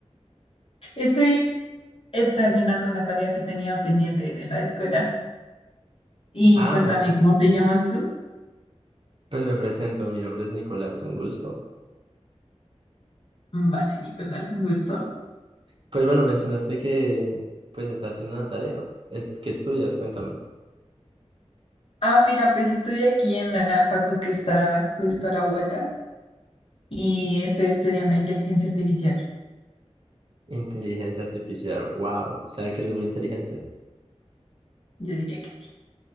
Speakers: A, on the left (about 55°); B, on the right (about 50°).
A: Estoy eh, terminando una tarea que tenía pendiente de la escuela. Y
B: Ah,
A: cuéntame, ¿cómo te llamas tú?
B: pues me presento, mi nombre es Nicolás, un gusto.
A: Vale, Nicolás, un gusto.
B: Pues bueno, mencionaste que pues estás haciendo una tarea. Es- ¿Qué estudias? Cuéntame.
A: Ah, mira, pues estoy aquí en la facu que está justo a la vuelta y estoy estudiando inteligencia artificial.
B: Inteligencia artificial, wow, o sea que eres muy inteligente.
A: Yo diría que sí.